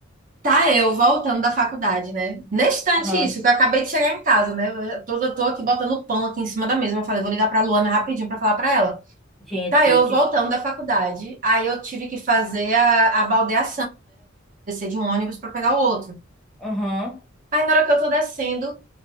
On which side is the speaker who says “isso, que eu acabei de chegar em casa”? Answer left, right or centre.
Right